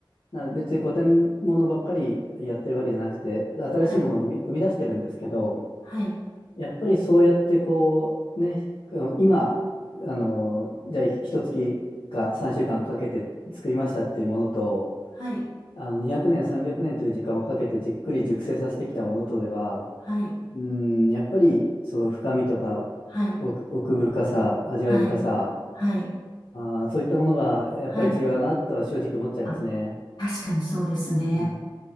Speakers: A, on the left (about 90°); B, on the left (about 60°).
A: な別に古典ものばっかりやってるわけじゃなくて新しいものを生み、
B: はい、
A: 生み出してるんですけど
B: はい、
A: やっぱりそうやってこうねあの今あのじゃあ一月か3週間かんかけて作りましたっていうものと
B: はい、
A: あの200年300年という時間をかけてじっくり熟成させてきたものとでは
B: はい、
A: うんやっぱりその深みとか
B: はい、
A: 奥奥深さ味わい深さ
B: はい、はい、
A: ああ、そういったものがやっぱり違うなとは正直思っちゃいますね。
B: はい。あ、確かにそうですね。
A: うん。